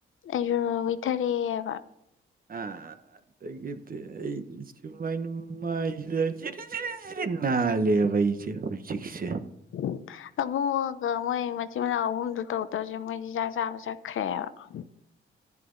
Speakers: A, on the left (about 75°); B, on the right (about 45°).
A: ꯑꯩꯁꯨ ꯅꯣ ꯋꯨꯏꯊꯔꯦꯕ
B: ꯑ ꯑꯗꯒꯤꯗꯤ ꯑꯩ ꯁꯨꯃꯥꯏꯅ ꯃꯥꯢꯁꯤꯗ ꯖꯤꯔꯤ ꯖꯤꯔꯤ ꯁꯤꯠ ꯅꯥꯜꯂꯦꯕ ꯑꯩꯁꯦ ꯍꯧꯖꯤꯛꯁꯦ
A: <inaudible> ꯑꯕꯨꯡꯉꯣꯒ ꯃꯣꯏ ꯃꯆꯤꯟ ꯃꯅꯥꯎ ꯑꯍꯨꯝꯗꯣ ꯇꯧꯗꯧꯁꯦ ꯃꯣꯏꯗꯤ ꯆꯥꯛ ꯆꯥꯕ ꯆꯠꯈ꯭ꯔꯦꯕ <inaudible>